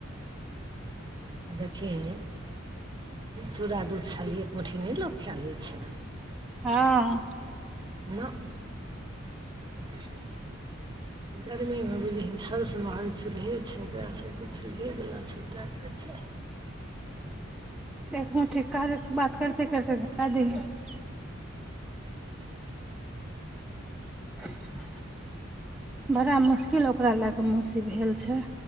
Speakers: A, on the right (about 20°); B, in the centre.
A: आ देखिही चूड़ा दूध छाली एक मुठी नहि लोक खाय लै छै
B: हँ
A: <unintelligible> गरमी मे बुझही सभ सँ महग चूल्हे छै ओएह सभके चूल्हे वला सभटा कऽ चाही <inaudible>
B: एक मुट्ठी कार्य बात करते करते देय <unintelligible> <unintelligible> बड़ा मुश्किल ओकरा लए कऽ मौसी भेल छैय